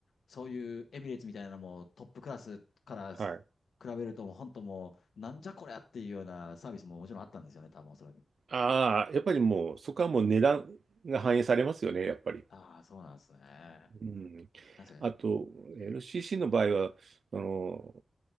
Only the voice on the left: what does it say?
そういうエミレーツみたいなのもうトップクラスから比
べると、もう本当もう、なんじゃこりゃっていうようなサービスももちろんあったんですよね、多分おそらく。
ああ、そうなんですね。
確かに。
うん、